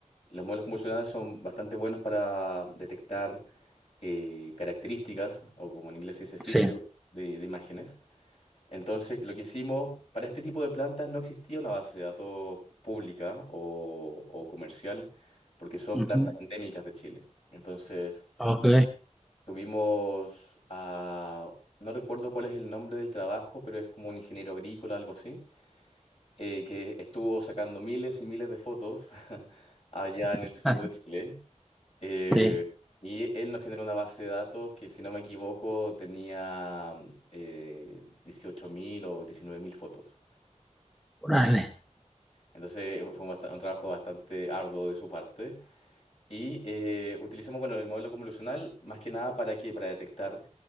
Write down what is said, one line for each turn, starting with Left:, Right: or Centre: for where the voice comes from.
Left: Los modelos convolucionales son bastante buenos para detectar eh, características, o como en inglés se dice feature,
Centre: Sí.
Left: de, de imágenes. Entonces lo que hicimos, para este tipo de plantas no existía una base de datos pública o, o comercial, porque son
Centre: ujú,
Left: plantas endémicas de Chile. Entonces...
Centre: Ok.
Left: Tuvimos a, no recuerdo cuál es el nombre del trabajo, pero es como un ingeniero agrícola, algo así, eh, que estuvo sacando miles y miles de fotos <laughs> allá en el
Centre: <laughs>
Left: sur de Chile. Eh,
Centre: Sí,
Left: y él nos generó una base de datos que, si no me equivoco, tenía eh, 18.000 o 19.000 fotos.
Centre: órale,
Left: Entonces eh, fue un, bast- un trabajo bastante arduo de su parte. Y eh, utilizamos, bueno, el modelo convolucional más que nada para qué, para detectar